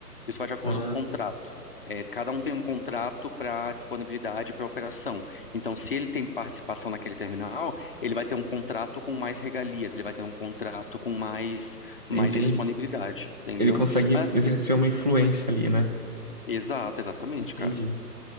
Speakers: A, on the left (about 35°); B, on the right (about 30°).
A: Isso vai de acordo
B: Ah,
A: com o contrato. É, cada um tem um contrato para disponibilidade para operação. Então, se ele tem participação naquele terminal, ele vai ter um contrato com mais regalias, ele vai ter um contrato com mais, mais
B: entendi.
A: disponibilidade, entendeu?
B: Ele consegue
A: Mas,
B: exercer uma influência ali, né?
A: exato, exatamente,
B: Entendi.
A: cara.